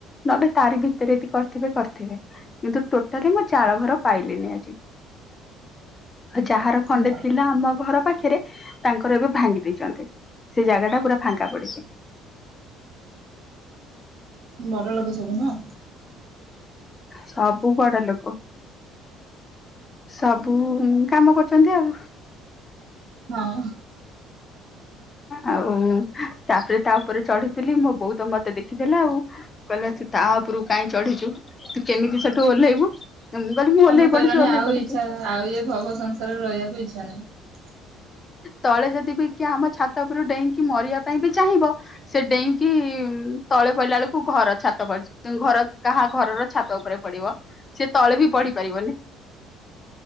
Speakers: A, on the left (about 30°); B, on the right (about 55°).
A: ନହେଲେ ତାରି ଭିତରେ କରିିବେ କରିଥିବେ କିନ୍ତୁ ଟୋଟାଲି ମୁଁ ଚାଳ ଘର ପାଇଲିି ନି ଆଜି। ଆଉ ଯାହାର ଖଣ୍ଡେ
B: ଭଲ।
A: ଥିଲା ଆମ ଘର ପାଖରେ ତାଙ୍କର ଏବେ ଭାଙ୍ଗି ଦେଇଛନ୍ତି ସେ ଜାଗା ଟା ପୁରା ଫାଙ୍କା ପଡିଛି।
B: ବଡ ଲୋକ ସବୁ ନା
A: ସବୁ ବଡ ଲୋକ ସବୁ କାମ କରୁଛନ୍ତି ଆଉ।
B: ହଁ।
A: ଆଉ ତାପରେ ତା ଉପରେ ଚଢିଥିଲି ମୋ ବୋଉ ତ ମତେ ଦେଖିଥିଲା ଆଉ, କହିଲା ତୁ ତା ଉପରକୁ କାହିଁକି ଚଢିଛୁ ତୁ କେମିତି ସେଠୁ ଓହ୍ଲେଇବୁ? ମୁଁ କହିଲି ମୁଁ
B: ତମେ
A: ଓହ୍ଲେଇ
B: କହିଲଣିି
A: ପଡୁଛି ଓହ୍ଲେଇ
B: ଆଉ
A: ପଡୁଛି
B: ଇଛା ଆଉ ଏ ଭବ ସଂସାରରେ ରହିବାକୁ ଇଚ୍ଛା ନାହିଁ।
A: ତଳେ ଯଦି ବି ଆମ ଛାତ ଉପରୁ ଡେଇଙ୍କି ମରିବା ପାଇଁ ବି ଚାହିଁବ ସେ ଡେଇଁ କି ତଳେ ପଡିଲା ବେଳକୁ ଘର ଛାତ ଘର କାହା ଘରର ଛାତ ଉପରେ ପଡିବ ସିଏ ତଳେ ବି ପଡିପାରିବନି।